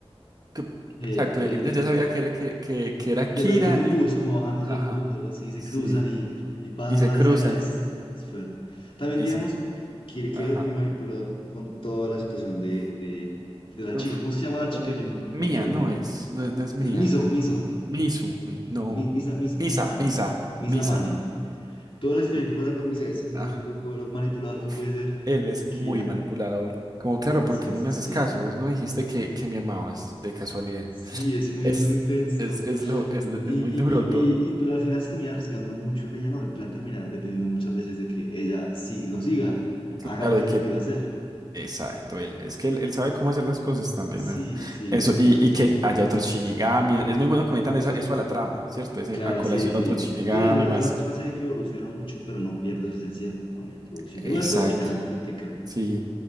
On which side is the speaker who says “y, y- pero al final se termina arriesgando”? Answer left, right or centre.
Left